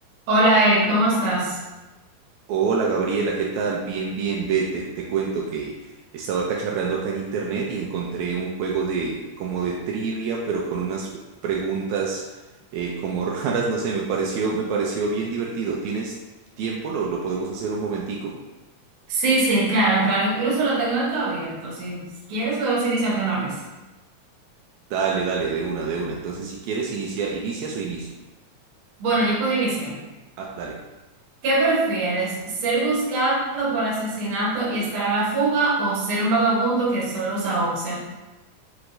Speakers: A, on the right; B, on the right.
A: Hola Eric, ¿cómo estás?
B: Hola Gabriela, ¿qué tal? Bien, bien, ve, te, te cuento que estaba cacharreando acá en internet y encontré un juego de como de trivia, pero con unas preguntas eh, como <laughs> raras, no sé, me pareció, me pareció bien divertido. ¿Tienes tiempo? ¿Lo, lo podemos hacer un momentico?
A: Sí, sí, claro, claro. Incluso lo tengo acá abierto. Si quieres, podemos iniciar de una vez.
B: Dale, dale, de una, de una. Entonces, si quieres, inicia, ¿inicias o inicio?
A: Bueno, yo puedo iniciar.
B: Ah, dale.
A: ¿Qué prefieres? ¿Ser buscado por asesinato y estar a la fuga o ser un vagabundo que solo usa boxer?